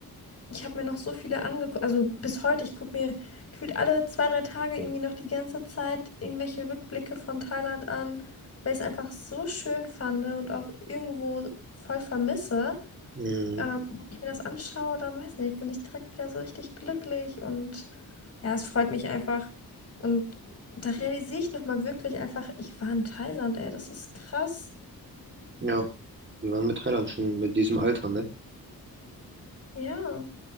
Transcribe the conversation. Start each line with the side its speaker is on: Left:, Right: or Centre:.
Left: Ich habe mir noch so viele angeguckt, also bis heute, ich gucke mir gefühlt alle zwei, drei Tage irgendwie noch die ganze Zeit irgendwelche Rückblicke von Thailand an, weil ich es einfach so schön fand und auch irgendwo voll vermisse.
Right: Mhm.
Left: Ähm, wenn ich mir das anschaue, dann weiß nicht, bin ich direkt wieder so richtig glücklich und ja, es freut mich einfach. Und da realisiere ich nochmal wirklich einfach, ich war in Thailand, ey, das ist krass.
Right: Ja, wir waren mit Thailand schon mit diesem Alter, ne?
Left: Ja.